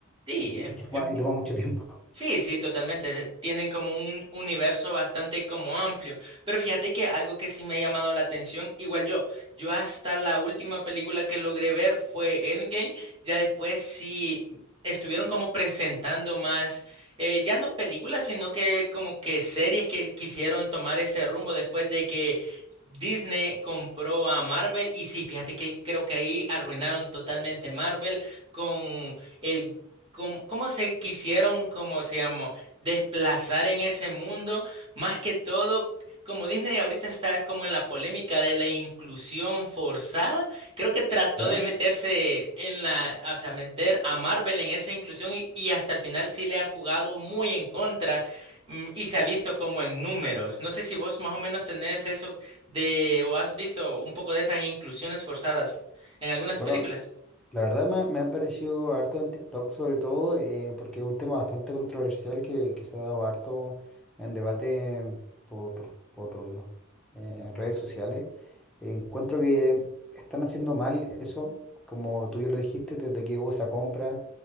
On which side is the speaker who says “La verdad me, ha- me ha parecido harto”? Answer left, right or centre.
Centre